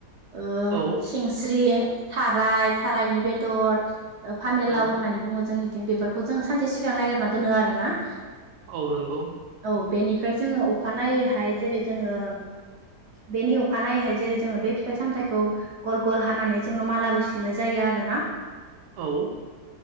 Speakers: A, on the right; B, on the right.
A: ओ
B: औ
A: सिंस्रिं थाराय थारायनि बेदर फानलाव
B: औ
A: होननानै बुङो जोंनि बेफोरखौ जों सानसे सिगां ननायागिरना दोनो आरोना।
B: औ नोंगौ।
A: औ बेनिफ्राय जोङो अखानायनायैहाय जेरै जोङो बेनि अखानायैहाय जेरै जोङो बे फिथाइ सामथाइखौ गल गल हानानै जोङो मालाबो सुनाय जायो आरोना।
B: औ। <inaudible>